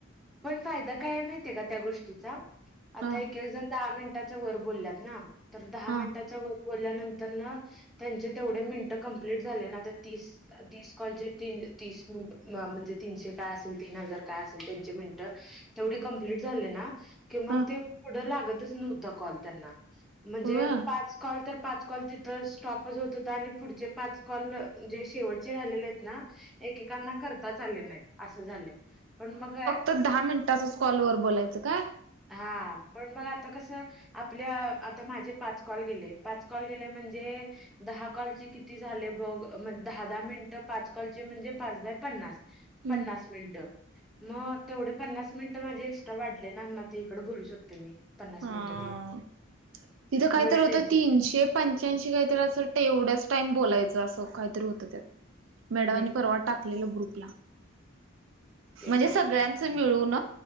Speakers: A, in the centre; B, on the right.
A: पण फायदा काय माह का त्या गोष्टीचा आता
B: हा
A: एक जण दहा मिनटात वर बोल्यात ना तर दहा
B: हा
A: मिनिटाच्या वर बोलायनंतरण त्याचा तेवढ्या मीन्ट लेट झाले आहै ना तर तीस तीस कॉल चे तीन तीस म म्हणेजे तीनशे काय असल तीन हजार काय असेल त्यांचे मिनट तेवढे कमप्लीट झाले ना कि मग
B: हा
A: ते पुढं लागतच नव्हता कॉल त्यांना म्हणजे
B: होय
A: पाच कॉल तर पाच कॉल तिथं स्टॉपच होत होता आणि पुढचे पाच कॉल जे शेवटचे राहिलेले आहेत ना एकेकांना करताच आले नाहीत असं झालं पण मग
B: तर दहा मिनिटाचच कॉलवरर बोलायचं काय
A: हा पण मग आता कस आपल्या आता माझे पाच कॉल गेले पाच कॉल गेल्या म्हणजे दहा काॉल किती झाले बघ दहा दहा मिनट पाच कॉल म्हणजे पाचदा पन्नास
B: हम्म
A: पन्नास मिनिट मग तेवढे पन्नास मिनिट माझे एक्स्ट्रा वाढले ना इकडं बोलू शकते मी पन्नास
B: हा
A: मिनिटं ते
B: तिथं काहीत
A: मला
B: होतं
A: टेन्शन
B: तीनशे पंच्याऐंशी काहीत असं वाटतं एवढंच बोय अस कात होत त्या मॅडमनी
A: नाही
B: परवा टा ग्रुपला
A: ते
B: म्हणजे
A: काय
B: सगळ्यांच
A: बघ
B: मिळून